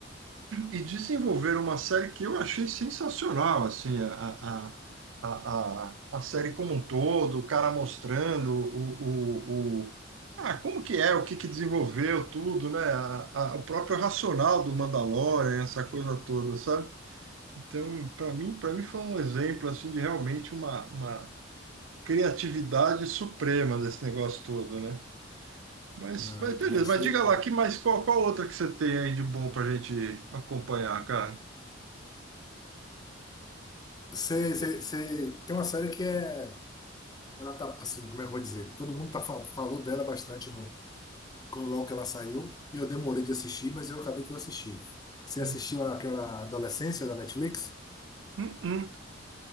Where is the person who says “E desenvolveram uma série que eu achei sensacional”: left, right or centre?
Right